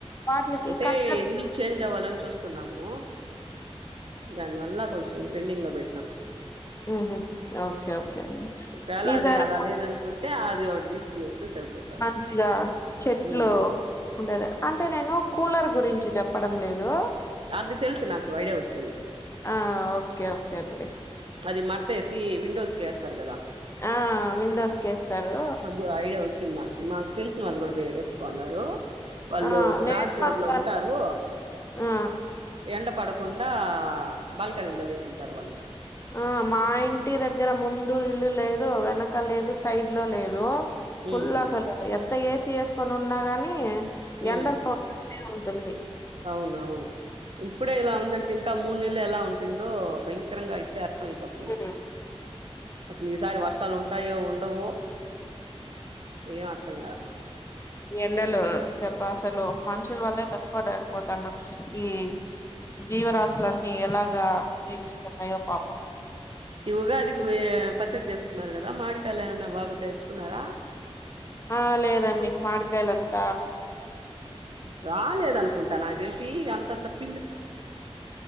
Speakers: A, on the left (about 25°); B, on the right (about 55°).
A: వాట్లకీ
B: అంటే
A: కర్ట్
B: ఇల్లు చూస్తున్నాము. దానివల్ల కొంచ్ కొంచెం పెండింగ్ లో పెట్టిన.
A: ఉహు, ఒకే ఒకే అండి.
B: ఒకవేళ
A: ఈసారి
B: అది అలా లేదనుకుంటే అది ఒకటి తీసుకునేస్తే సరిపోతది
A: మంచిగా చెట్లు
B: ఉమ్
A: ఉండేది, అంటే నేను కూలర్ గురించి చెప్పడం లేదు.
B: అది తెలుసు నాకు ఐడియా వచ్చింది
A: ఆ, ఒకే ఒకే అండి.
B: అది మడతేసి, విండోస్కేస్తారు కదా?
A: ఆ విండోస్కేస్తారు.
B: నాకు ఐడియా వచ్చింది నాకు మాకు తెలిసిన వాళ్ళు కూడా వే వేసుకోండారు. వాళ్ళు
A: ఆ నేను
B: థ్రాడ్ ఫ్లోర్
A: అలానే
B: లో ఉంటారు.
A: ఆ
B: ఎండ పడక్ కుండా బాల్కనీ లో వేసుంటారు వాళ్ళు.
A: ఆ, మా ఇంటి దగ్గర ముందు ఇల్లు లేదు, వెనక లేదు, సైడ్ లో లేదు. ఫుల్
B: ఉమ్
A: అసలు, ఎంత్ త్త ఏసి ఏసుకొని ఉన్నా కానీ.
B: ఉమ్
A: ఎండలు <unintelligible> టుంది.
B: అవునవును, ఇప్పుడే ఇలా ఉందంటే ఇంకా మూడు నెల్లు ఎలా ఉంటుందో, భయంకరంగా ఇప్పుడే అర్ద్ ఐపోతుంది,
A: ఉమ్
B: అస్ లీసారి వర్షాలు ఉంటాయో, ఉండవో? ఏం అర్థం కాట్
A: ఈ ఎండలు దెబ్బఅసలు మనుషులు వల్లే తట్టుకోలేకపోతన్నాం, ఈ జీవరాశులన్నీ ఎలాగ జీవిస్తున్నాయో పాపం.
B: ఈ ఉగాది కి వే పచ్చడి చేసుకున్నారు కదా, మావిడికాయలు ఏమన్నా బాగా తెచ్చుకున్నారా?
A: ఆ లేదండి, మావిడికాయలంత
B: రాలేేదు అనుకుంటా, నాకు తెలిసి అంతంత ప్